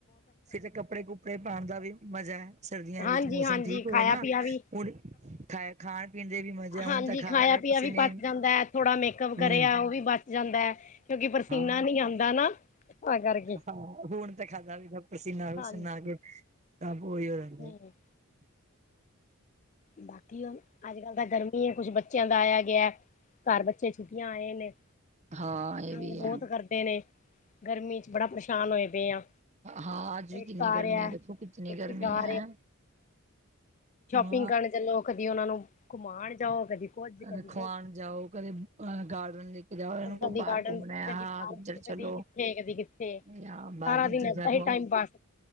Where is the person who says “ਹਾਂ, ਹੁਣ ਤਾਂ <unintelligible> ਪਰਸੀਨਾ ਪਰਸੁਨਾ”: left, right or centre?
Right